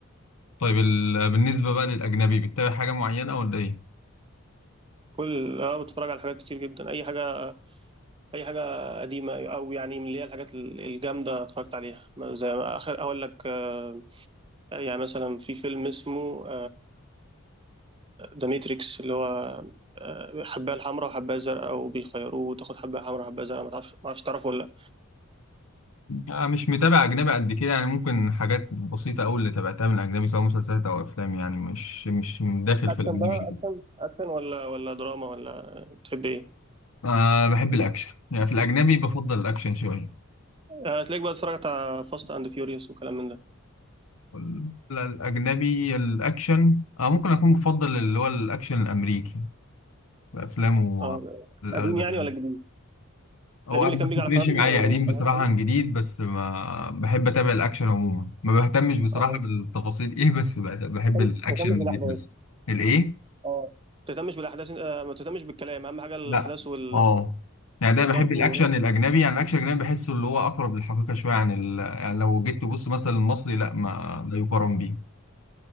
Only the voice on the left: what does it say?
طيب ال- بالنسبة بقى للأجنبي بتتابع حاجة معينة ولا إيه؟
آه مش متابع أجنبي قد كده يعني ممكن حاجات بسيطة أوي اللي تابعتها من الأجنبي سواء مسلسلات أو أفلام يعني مش مش داخل
في الأجنبي
أوي.
آه بحب الأكشن يعني في الأجنبي بفضل الأكشن شوية
وال- لا، الأجنبي الأكشن أو ممكن أكون بفضل اللي هو الأكشن الأمريكي أفلامه
الأغلب
يعني
هو
أنا
ما
بتفرقش
معايا
قديم بصراحة
عن جديد بس ما بحب أتابع الأكشن عموما ما بهتمش بصراحة
بالتفاصيل إيه بس ب- بحب
الأكشن
اللي
بيتمثل الإيه؟
لا
آه يعني
ده بحب الأكشن
الأجنبي يعني الأكشن الأجنبي بحسه اللي هو أقرب للحقيقة شوية عن ال... يعني لو جيت تبص مثلا المصري لا ما لا يقارن بيه